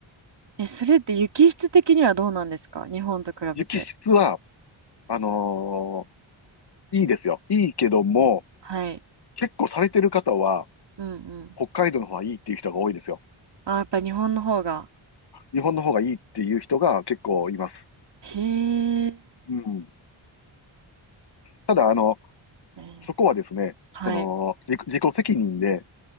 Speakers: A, on the right (about 55°); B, on the left (about 55°).
A: え、それって雪質的にはどうなんですか日本と比べて。
B: 雪質は、あのいいですよ。いいけども、
A: はい。
B: 結構されてる方は、
A: うんうん。
B: 北海道の方がいいっていう人が多いですよ。
A: あー、やっぱ日本の方が。
B: 日本の方がいいっていう人が結構います。
A: へえ。
B: うん。ただ、あの、
A: ね
B: そこはですね、
A: はい。
B: その、自己自己責任で